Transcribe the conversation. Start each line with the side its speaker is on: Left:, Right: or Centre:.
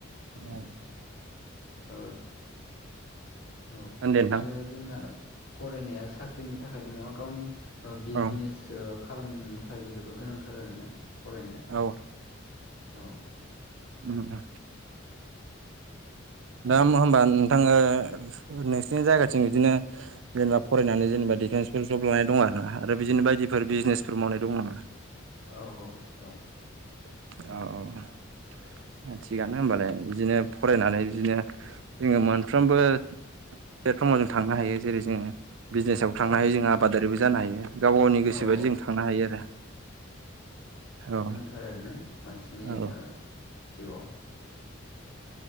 Left: उम
Right: औ
Left: ओ औ
Right: होनदो नोंथां।
Left: आरो जोंना फरायनाया साख्रिनि थाखायल' नङा गावनि ओ बिजनेस
Right: औ
Left: सो खालामनो थाखायबो जोबोद गोनांथार आरोना फरायनाया
Right: औ
Left: औ।
Right: उम उम।
Left: <inaudible>
Right: दा होम-होमबा नोंथां ओ नोंसिनि जायगाथिं इदिनो जेनेबा फरायनानै जेनेबा डिफेन्सफोर जब लानाय दं आरोना आरो बिदिनो बायदिफोर बिजनेसफोर मावनाय दं नामा?
Left: औ औ दं।
Right: औ औ औ। ओ थिगानो होनोमबालाय बिदिनो फरायनानै बिदिनो जोङो मोनफ्रोमबो प्लेटफर्माव जों थांनो हायो जेरै जोङो बिजनेसावबो थांनो
Left: औ
Right: हायो जोंङो आबादारिबो जानो हायो। गाव गावनि गोसो
Left: औ
Right: बायदि
Left: औ
Right: जों थांनो हायो आरो औ।
Left: ओरैनो मानसिनि
Right: औ
Left: ओ जिउआव